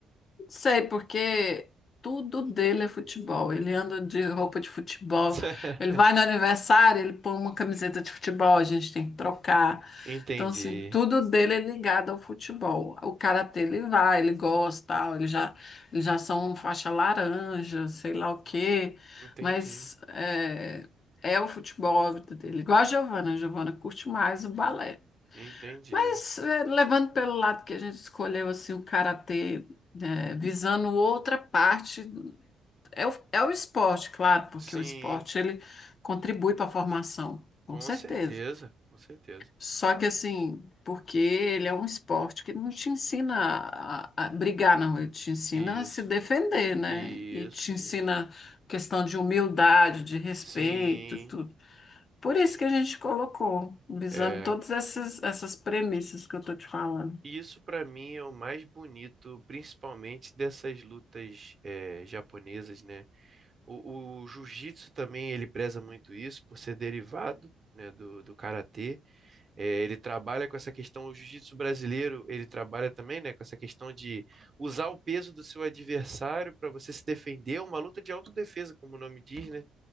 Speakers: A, on the left; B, on the right.
A: Não sei, porque tudo dele é futebol. Ele anda de roupa de futebol.
B: <laughs>
A: Ele vai no aniversário, ele põe uma camiseta de futebol, a gente tem que trocar.
B: Entendi,
A: Então, assim, tudo dele é ligado ao futebol. O karatê ele vai, ele gosta, tal, ele já, eles já são faixa laranja, sei lá o quê.
B: entendi,
A: Mas é, é o futebol a vida dele. Igual a Giovana, a Giovana curte mais o balé.
B: entendi.
A: Mas é, levando pelo lado que a gente escolheu assim o karatê, né, visando outra parte, é o, é o esporte, claro, porque
B: Sim.
A: o esporte ele contribui para a formação,
B: Com
A: com certeza.
B: certeza, com certeza.
A: Só que assim, porque ele é um esporte que não te ensina a, a brigar, não, ele te ensina
B: Isso,
A: a se defender, né?
B: isso,
A: E te
B: isso.
A: ensina questão de humildade, de respeito,
B: Sim,
A: e tudo. Por
B: sim.
A: isso que a gente colocou, visando
B: É,
A: todas essas, essas premissas que eu tô te falando.
B: isso pra mim é o mais bonito, principalmente dessas lutas é, japonesas, né? O, o jiu-jitsu também ele preza muito isso por ser derivado, né, do, do karatê. É, ele trabalha com essa questão, o jiu-jitsu brasileiro ele trabalha também, né, com essa questão de usar o peso do seu adversário para você se defender, uma luta de autodefesa, como o nome diz, né?